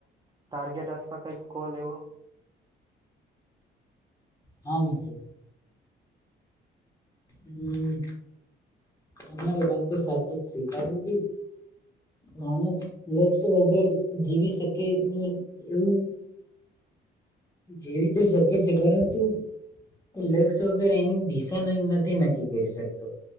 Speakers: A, on the right; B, on the left.
A: ટાર્ગેટ અથવા કઈક ગોલ એવો?
B: હા મિત્રો. હમ્મ તમારી વાત તો સાચી જ છે કારણ કે માણસ લક્ષ્ય વગર જીવી શકે મતલબ એવું જેવી તો શકે છે પરંતુ એ લક્ષ વગેરે એની દિશા નથી નક્કી કરી શકતો